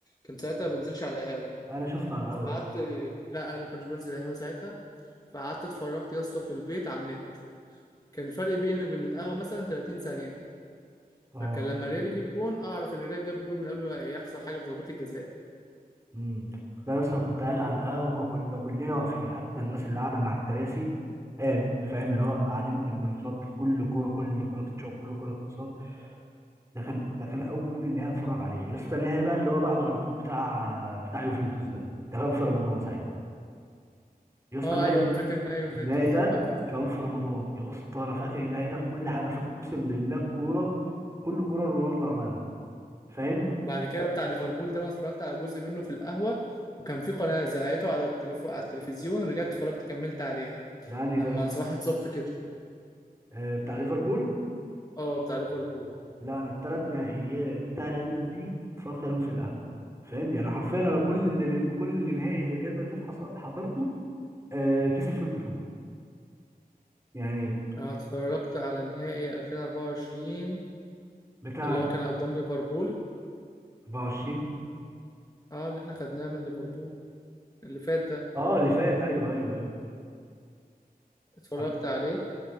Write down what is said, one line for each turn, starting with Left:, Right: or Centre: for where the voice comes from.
Left: كنت ساعتها ما بنزلش على القهاوي
Right: انا شفته على القهوه
Left: فقعدت
Right: يا اسطى
Left: لا انا ما كنتش بنزل قهاوي ساعتها فقعدت اتفرجت يا اسطى في البيت على النت كان الفرق بيني وبين القهوة مثلا 30 ثانية
Right: اه
Left: فكان لما الريال يجيب جون أه، أعرف إن الريال جاب جون من قبل ما يحصل حاجة في ضربات الجزاء
Right: امم لا يا اسطى كنت قاعد
Left: فاهمني؟
Right: على القهوه كنا كلنا واقفين حتى الناس اللي قاعده من على الكراسي قامت فاهم اللي هو قاعدين بال- بنتنطط كل كوره كل كوره تتشاط كل كوره تتصاد ده كان ده كان اول نهائي اتفرج عليه يا اسطى النهائي بقى اللي هو بعده على طول بتاع بتاع يوفنتوس ده ده كان في رمضان ساعتها يا اسطى
Left: أه
Right: النهائي
Left: أيوه
Right: ده
Left: أنا فاكر نهائي يوفنتوس
Right: النهائي ده
Left: ده ما كان في
Right: كان
Left: الموضوع
Right: في
Left: ده.
Right: رمضان يا اسطى انا فاكر النهائي ده في كل حاجه انا فاكر اقسم بالله الكوره كل كوره رونالدو عملها فاهم
Left: وبعد كده بتاع ليفربول ده أنا اتفرجت على جزء منه في القهوة وكان في قناة زرعته على التليف... على التلفزيون رجعت اتفرجت كملت عليها
Right: ده انهي
Left: لما
Right: ده
Left: صلاح اتصاب في كتفه
Right: آه بتاع ليفربول
Left: أه بتاع ليفربول
Right: لا انا الثلاث نهائيات بتاع ريال مدريد اتفرجت عليهم في القهوه فاهم يعني حرفيا انا كل كل نهائي اللي ريال مدريد حص- حضرته آه كسب في البطوله يعني
Left: أنا اتفرجت على نهائي 2024
Right: بتاع
Left: اللي هو كان قدام ليفربول
Right: 24
Left: أه اللي إحنا خدناه من ليفربول اللي فات ده
Right: اه اللي فات ايوه ايوه ايوه
Left: اتفرجت
Right: انا
Left: عليه